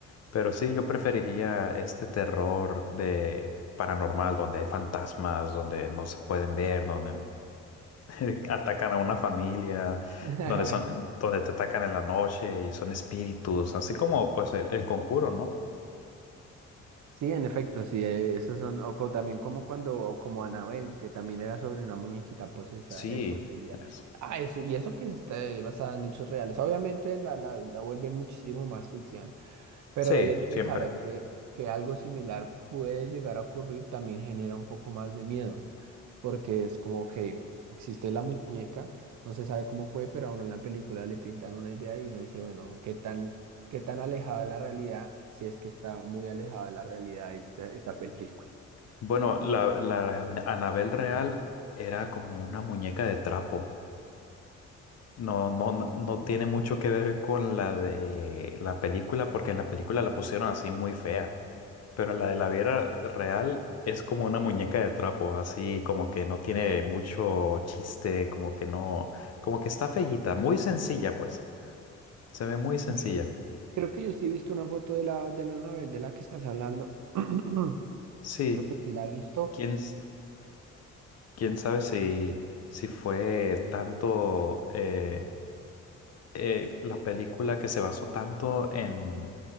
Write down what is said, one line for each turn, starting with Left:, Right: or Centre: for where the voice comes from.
Left: Pero sí, yo preferiría este terror de paranormal, donde hay fantasmas, donde no se pueden ver, donde <laughs> atacan a una familia,
Right: <laughs>
Left: donde son, donde te atacan en la noche y son espíritus, así como pues el, el conjuro, ¿no?
Right: Sí, en efecto, sí, eh, esos son, o co- también como cuando, o como Anabel, que también era sobre una muñequita posesa,
Left: Sí,
Right: eh, poseída.
Left: eso.
Right: Ah, eso, y eso que está eh, basada en hechos reales. Obviamente la, la, la vuelven muchísimo más ficción, pero
Left: Sí,
Right: el hecho
Left: siempre.
Right: de saber que, que algo similar puede llegar a ocurrir también genera un poco más de miedo, porque es como que existe la muñeca, no se sabe cómo fue, pero a uno en la película le pintan una idea y uno dice, bueno, ¿qué tan, qué tan alejada de la realidad, si es que está muy alejada de la realidad esta, esta película?
Left: Bueno, la, la Anabel real era como una muñeca de trapo. No, no, no no tiene mucho que ver con la de la película, porque en la película la pusieron así muy fea. Pero la de la Viera real es como una muñeca de trapo, así como que no tiene mucho chiste, como que no, como que está feíta, muy sencilla, pues. Se ve muy sencilla.
Right: Y Creo que yo sí he visto una foto de la, de la Anabel de la que estás hablando. <clears throat>
Left: Sí,
Right: Creo que sí la he visto.
Left: quién, quién sabe si, si fue tanto. eh, eh, la película que se basó tanto en,